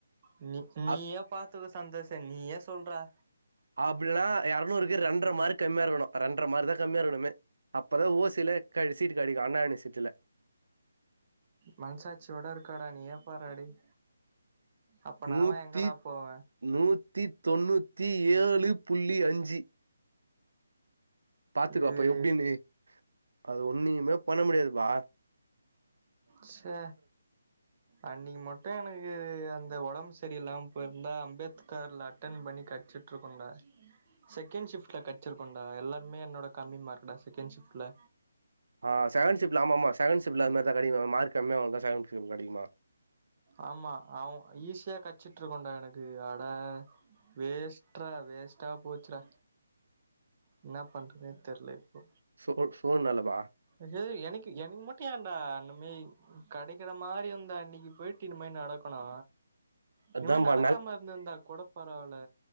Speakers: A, on the right; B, on the right.
A: உனுக் நீயா
B: அப்
A: பாத்துக்கோ சந்தோஷே நீ ஏ சொல்ற
B: அப்பில்லனா எரநூறுக்கு ரென்ற மார்க் கம்மியா இருக்கணு ரென்ற மார்க் தா கம்மியா இருக்ணுமே அப்போ தா ஓசில க சீட் கெடைக்கு அண்ணா யுனிவசிட்டில
A: மனசாச்சி ஓட இருக்கடா நீயே ஏ பாரா டேய் அப்ப நாலா
B: நூத்தி
A: எங்கடா போவே
B: நூத்தி தொண்ணூத்தி ஏழு புள்ளி அஞ்சு பாத்துக்கோ
A: இது
B: அப்போ எப்டின்னு அது ஒன்னுமே பண்ண முடியாதுபா
A: செ அன்னிக்கி மட்டு எனக்கு அந்த ஒடம்பு செரி இல்லாம போயிருந்தா அம்பேத்கார்ல அட்டன் பண்ணி கச்சிட்டு இருக்குண்டா செகேண்ட் ஷிஃப்ட்ல கெடச்சிருக்கண்டா எல்லாருமே என்னோட கம்மி மார்க் டா செகேண்ட் ஷிஃப்ட்ல
B: ஆ செகண்ட் ஷிப்ட்ல ஆம்மாம்மா செகண்ட் ஷிப்ட்ல அதுமாரிதா கெடக்குமா மார்க் கம்மியா வந்தா செகண்ட் ஷிப்ட்ல கெடைக்குமா
A: ஆமா அவ ஈஸியா கச்சிட்டு இருக்கண்டா எனக்கு அட வேஸ்ட்ரா வேஸ்டா போச்சுடா இன்னா பண்றதுன்னே தெர்ல இப்போ
B: சூழ் சூழ்நெலப்பா
A: எ ஏய் எனக்கு எனக்கு மட்டு ஏன்டா அந்த மேரி கடைக்கிற மாரி வந்து அன்னிக்கு போயிட்டு இன்னி மாரி நடக்கணு இனிமே
B: அதாம்பா
A: நடக்காம இருந்திருந்தா கூட பரவால்ல